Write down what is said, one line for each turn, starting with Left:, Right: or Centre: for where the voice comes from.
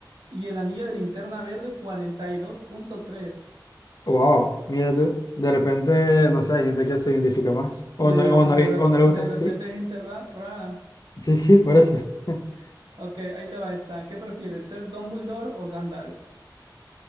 Right: y el anillo de linterna verde, cuarenta y dos punto tres.
Left: Wow, mira tú. De repente, no sé, hay gente que se identifica más. O
Right: De,
Left: no, o no,
Right: de,
Left: ha visto-
Right: re-
Left: o no le
Right: de
Left: gusta.
Right: repente
Left: Sí,
Right: hay gente ra- rara.
Left: sí, sí, por eso. <laughs>
Right: Ok, ahí te va esta. ¿Qué prefieres, ser Dumbledore o Gandalf?